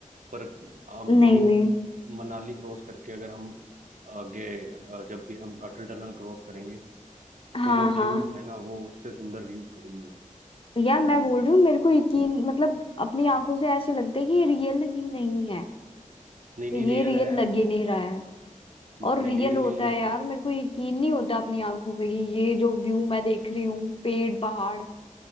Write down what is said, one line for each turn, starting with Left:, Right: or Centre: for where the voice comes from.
Right: पर हम
Left: नहीं
Right: वही
Left: नहीं
Right: मनाली क्रॉस करके अगर हम आगे अ, जब भी हम अटल टनल क्रॉस करेंगे
Left: हाँ
Right: तो जो व्यू
Left: हाँ
Right: है ना वो उससे सुंदर व्यू कहीं नहीं है
Left: यार
Right: मतलब
Left: मैं बोल रही हूँ मेरे को यकीन मतलब अपनी आंखों से ऐसे लगता है कि ये रियल ही नहीं है
Right: नहीं नहीं
Left: ये
Right: रियल
Left: रियल
Right: है
Left: लग ही नहीं रहा है
Right: नहीं
Left: और रियल
Right: नहीं
Left: होता
Right: रियल लगता
Left: है यार
Right: है
Left: मेरे को यकीन नहीं होता अपनी आंखों पे कि ये जो व्यू मैं देख रही हूँ पेड़ पहाड़